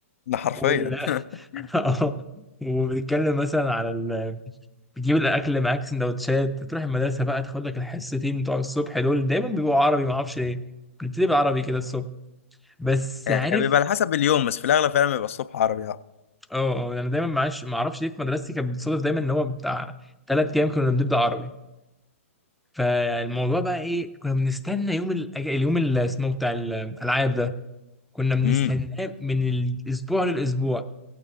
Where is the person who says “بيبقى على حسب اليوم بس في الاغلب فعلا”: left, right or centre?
Left